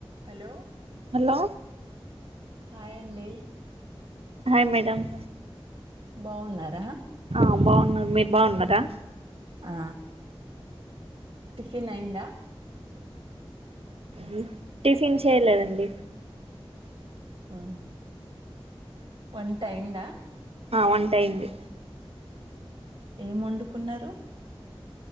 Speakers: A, on the right; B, on the right.
A: Hello
B: hello
A: hi అండి
B: hi madam
A: బావున్నారా
B: ఆ బాగున్నాం మీరు బాగున్నారా
A: ఆ టిఫన్ అయింద
B: అ టిఫిన్ చేయలేదండి
A: ఆ ఒంటయిందా
B: ఆ వంటయింది
A: ఏం వండుకున్నారు